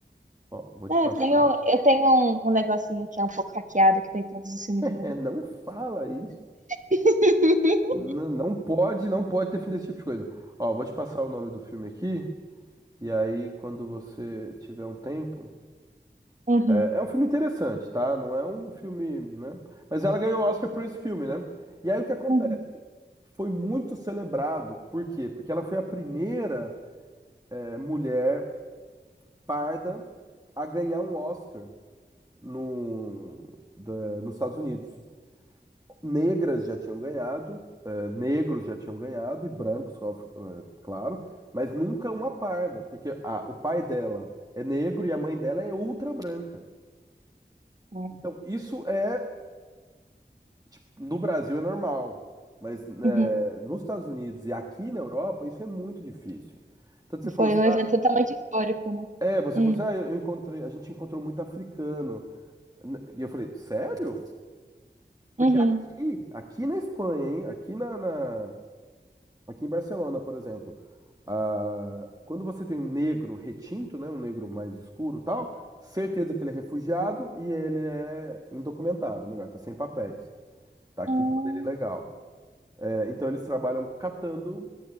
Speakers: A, on the right; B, on the right.
A: Ó, vou te
B: É,
A: passar.
B: eu tenho,
A: <laughs>
B: eu tenho um, um negocinho que é um pouco hackeado, que tem todos os filmes do mundo.
A: É, não fala isso.
B: <laughs>
A: Não, não pode, não pode defender esse tipo de coisa. Ó, vou te passar o nome do filme aqui. E aí, quando você tiver um tempo.
B: Uhum,
A: É, é um filme interessante, tá? Não é um filme, né? Mas ela ganhou o Oscar por esse filme, né? E aí o que acontece?
B: uhum,
A: Foi muito celebrado. Por quê? Porque ela foi a primeira, é, mulher parda a ganhar um Oscar. no, da- nos Estados Unidos. Negras já tinham ganhado, eh, negros já tinham ganhado, e brancos, of- eh, claro, mas nunca uma parda, porque a- o pai dela é negro e a mãe dela é ultra branca.
B: É.
A: Então, isso é, tipo, no Brasil é normal, mas né,
B: uhum.
A: nos Estados Unidos e aqui na Europa, isso é muito difícil. Tanto você falou
B: Foi
A: assim,
B: um evento
A: ah,
B: totalmente histórico, né?
A: é, você
B: Hum,
A: falou assim, ah, eu eu encontrei, a gente encontrou muito africano. N- E eu falei, sério? Porque
B: Uhum.
A: aqui, aqui na Espanha, hein? Aqui na, na- aqui em Barcelona, por exemplo, ah, quando você tem um negro retinto, né, um negro mais escuro, e tal, certeza que ele é refugiado e ele é indocumentado, melhor, tá sem papéis, tá aqui
B: Hum,
A: de maneira ilegal. É, então eles trabalham catando